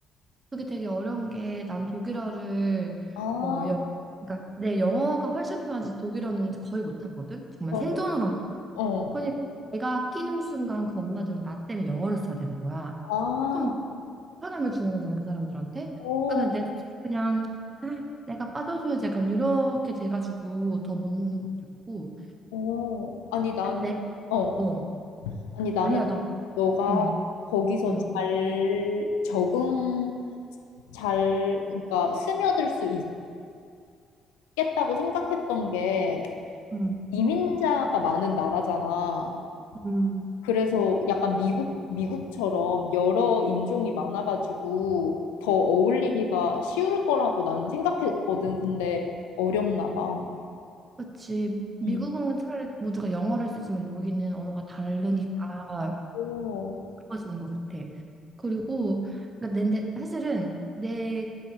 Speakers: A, on the right; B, on the left.
A: 그게 되게 어려운 게 난 독일어를
B: 아,
A: 어, 영, 그러니까 내 영어가 훨씬 편하지 독일어는 거의 못하거든. 정말
B: 어,
A: 생존으로.
B: 어,
A: 그러니까 내가 끼는 순간 그 엄마들은 나 때문에 영어를 써야 되는 거야.
B: 아,
A: 그럼 편함을 주는 거잖아 그 사람들한테.
B: 어.
A: 그러니까 내 자식 그냥 아, 내가 빠져주면 약간 이렇게 돼가지고 더 못 노는 것도 있고.
B: 오, 아니 나는
A: 내
B: 어,
A: 어
B: 아니 나는
A: 아니야 너
B: 너가
A: 음,
B: 거기서
A: 음.
B: 잘 적응 잘 그러니까 스며들 수 있, 있겠다고 생각했던 게
A: 음,
B: 이민자가 많은 나라잖아.
A: 음.
B: 그래서 약간 미국 미국처럼 여러 인종이 많아가지고 더 어울리기가 쉬울 거라고 나는 생각했거든. 근데 어렵나 봐.
A: 그렇지. 미국은
B: 음.
A: 차라리 모두가 영어를 쓰지만 여기는 언어가 다르니까
B: 오.
A: 어려워지는 것 같아. 그리고 그러니까 내, 내- 사실은 내